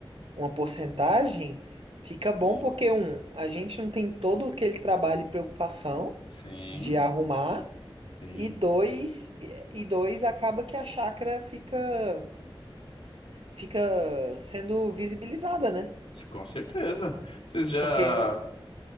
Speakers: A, on the right (about 75°); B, on the left (about 85°).
A: uma porcentagem, fica bom
B: Sim.
A: porque um, a gente não tem todo aquele trabalho e preocupação
B: Sim,
A: de arrumar.
B: sim,
A: E dois, e dois acaba que a chácara fica fica sendo visibilizada, né?
B: com certeza. Vocês já.
A: Porque